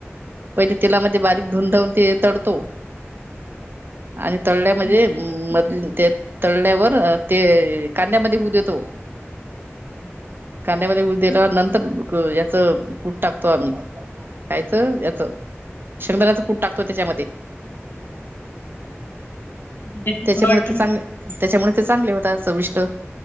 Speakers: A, on the right; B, on the left.
A: पहिले तेलामध्ये बारीक धुून धाून ते तडतो. आणि तळल्या म्हणजे
B: शेंगदाण्याच खूप
A: मध ते तळल्यावर ते कांद्यामध्ये भूद येतो.
B: हम्म.
A: कांद्यामध्ये उ दिल्या नंतर याच कूट टाकतो आम्ही कायचं याच शधनाच कूट टाकतो त्याच्यामध्ये
B: तिखट
A: त्याच्यामुळे ते चांगले त्याच्यामुळे ते चांगले होता चविष्ट